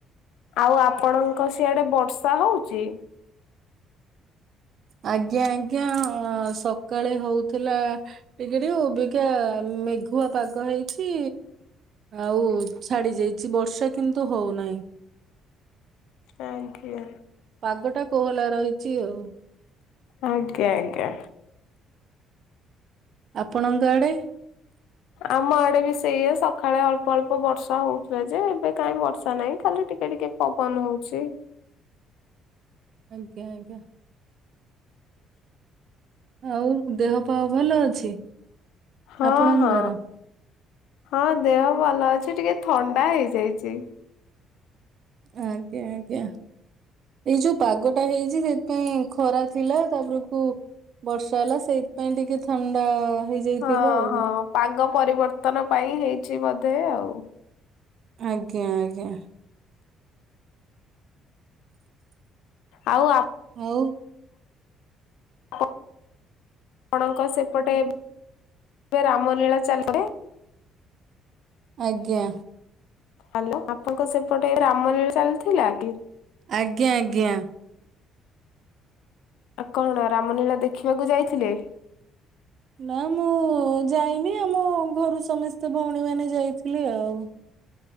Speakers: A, on the left (about 80°); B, on the right (about 50°).
A: ଆଉ ଆପଣଙ୍କ ସିଆଡେ ବର୍ଷା ହଉଚି।
B: ଆଜ୍ଞା ଆଜ୍ଞା ସକାଳେ ହଉଥିଲା ଟିକେ ଟିକେ ଓବିକା ମେଘୁଆ ପାଗ ହେଇଚି ଆଉ ଛାଡି ଯାଇଚି ବର୍ଷା କିନ୍ତୁ ହଉନାହିଁ।
A: ଆ ଜ୍ଞା।
B: ପାଗଟା କୋହଲା ରହିଚି ଆଉ।
A: ଆଜ୍ଞା ଆଜ୍ଞା।
B: ଆପଣଙ୍କ ଆଡେ।
A: ଆମ ଆଡେ ବି ସେଇଆ ସକାଳେ ଅଳ୍ପ ଅଳ୍ପ ବର୍ଷା ହଉଥିଲା ଯେ ଏବେ କାହିଁ ବର୍ଷା ନାହିଁ ଖାଲି ଟିକେ ଟିକେ ପବନ ହଉଚି।
B: ଆଜ୍ଞା ଆଜ୍ଞା। ଆଉ ଦେହ ପା ଭଲ ଅଛି।
A: ହଁ
B: ଆପଣଙ୍କର
A: ହଁ ହଁ ଦେହ ଭଲ ଅଛି ଟିକେ ଥଣ୍ଡା ହେଇଯାଇଚି।
B: ଆଜ୍ଞା ଆଜ୍ଞା ଏଇ ଯୋଉ ପାଗଟା ହେଇଛି ସେଥିପାଇଁ ଖରା ଥିଲା ତାପରକୁ ବର୍ଷା ହେଲା ସେଇଥିପାଇଁ ଟିକେ ଥଣ୍ଡା ହେଇ ଯାଇଥିବ
A: ହଁ
B: ଆଉ।
A: ହଁ ପାଗ ପରିବର୍ତ୍ତନ ପାଇଁ ହେଇଛି ବୋଧେ ଆଉ।
B: ଆଜ୍ଞା ଆଜ୍ଞା।
A: ଆଉ ଆ
B: ଆଉ
A: ଆପଣଙ୍କ ସେପଟେ ରାମ ଲୀଳା ଚାଲେ।
B: ଆଜ୍ଞା।
A: ହାଲୋ ଆପଣଙ୍କ ସେପଟେ ଏ ରାମଲୀଳା ଚାଲିଥିଲା କି?
B: ଆଜ୍ଞା ଆଜ୍ଞା।
A: ଆଉ କଣ ରାମଲୀଳା ଦେଖିବାକୁ ଯାଇଥିଲେ?
B: ନା ମୁଁ ଯାଇନି ଆମ ଘରୁ ସମସ୍ତେ ଭୋଉଣୀ ମାନେ ଯାଇଥିଲେ ଆଉ।